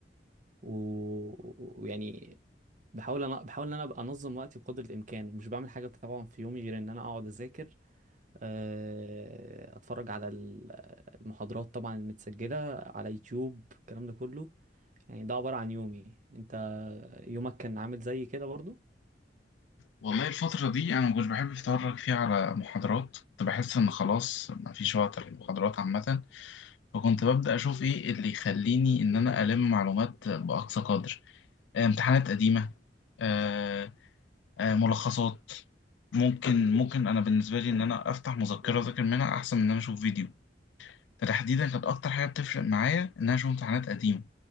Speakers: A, on the right; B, on the left.
A: ويعني بحاول انا بحاول ان انا ابقى انظم وقتي بقدر الامكان ومش بعمل حاجه طبعا في يومي غير ان انا اقعد اذاكر آه، اتفرج على ال- المحاضرات طبعا المتسجله على يوتيوب الكلام ده كله يعني ده عباره عن يومي انت يومك كان عامل زي كده برضو
B: والله الفترة دي أنا مكنتش بحب أتفرج فيها على محاضرات كنت بحس إن خلاص مفيش وقت للمحاضرات عامة فكنت ببدأ أشوف إيه اللي يخليني إن أنا ألم معلومات بأقصى قدر آه، امتحانات قديمة آه، آه، ملخصات ممكن ممكن أنا بالنسبة لي إن أنا أفتح مذكرة
A: مم.
B: أذاكر منها أحسن من إن أنا أشوف فيديو فتحديدا كانت أكتر حاجة بتفرق معايا إن أنا أشوف امتحانات قديمة